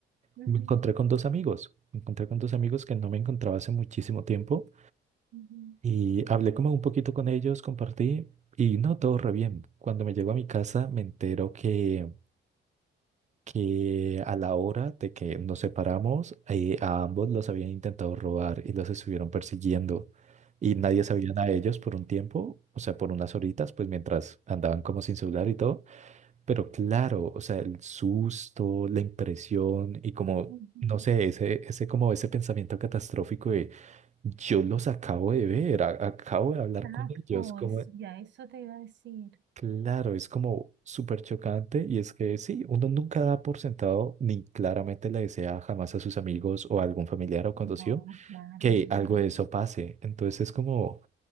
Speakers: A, on the right; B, on the right.
A: ujú,
B: me encontré con dos amigos. Me encontré con dos amigos que no me encontraba hace muchísimo tiempo
A: ujú,
B: y hablé como un poquito con ellos, compartí y no, todo re bien. Cuando me llego a mi casa me entero que, que a la hora de que nos separamos, eh, a ambos los habían intentado robar y los estuvieron persiguiendo y nadie sabía nada de ellos por un tiempo, o sea, por unas horitas, pues mientras andaban como sin celular y todo. Pero claro, o sea, el susto, la impresión y como,
A: ujú.
B: no sé, ese, ese como ese pensamiento catastrófico de yo los acabo de ver, a- acabo de hablar
A: Exacto,
B: con ellos, como,
A: es- ya eso te iba a decir.
B: claro, es como súper chocante y es que sí, uno nunca da por sentado ni claramente le desea jamás a sus amigos o a algún familiar o conocido
A: No, claro,
B: que
A: claro.
B: algo de eso pase. Entonces es como